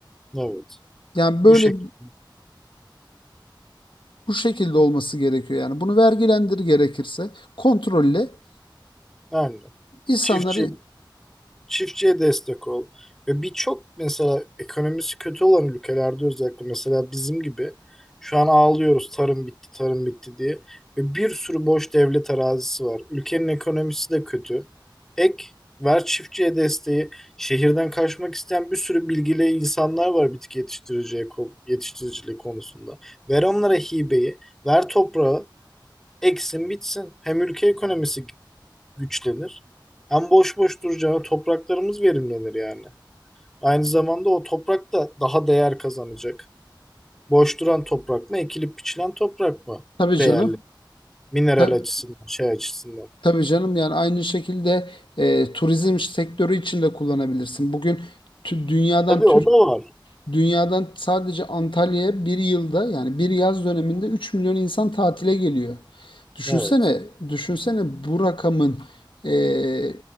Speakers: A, in the centre; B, on the left (about 85°).
A: Evet.
B: Yani böyle
A: Bu şekilde.
B: bu şekilde olması gerekiyor. Yani bunu vergilendir gerekirse kontrolle
A: Aynen.
B: insanları
A: Çiftçi çiftçiye destek ol. Ve birçok mesela ekonomisi kötü olan ülkelerde özellikle mesela bizim gibi şu an ağlıyoruz tarım bitti, tarım bitti diye. Ve bir sürü boş devlet arazisi var. Ülkenin ekonomisi de kötü. Ek ver çiftçiye desteği. Şehirden kaçmak isteyen bir sürü bilgili insanlar var bitki yetiştiriciye, yetiştiriciliği konusunda. Ver onlara hibeyi, ver toprağı, eksin bitsin. Hem ülke ekonomisi güçlenir. Hem boş boş duracağına topraklarımız verimlenir yani. Aynı zamanda o toprak da daha değer kazanacak. Boş duran toprak mı, ekilip biçilen toprak mı
B: tabii
A: değerli?
B: canım
A: Mineral
B: ta-
A: açısından, şey açısından.
B: tabii canım yani aynı şekilde e, turizm sektörü için de kullanabilirsin. Bugün tü- dünyadan
A: Tabii
B: Türkiye
A: o da var.
B: Dünyadan sadece Antalya'ya bir yılda yani bir yaz döneminde 3 milyon insan tatile geliyor. Düşünsene,
A: Evet.
B: düşünsene bu rakamın e,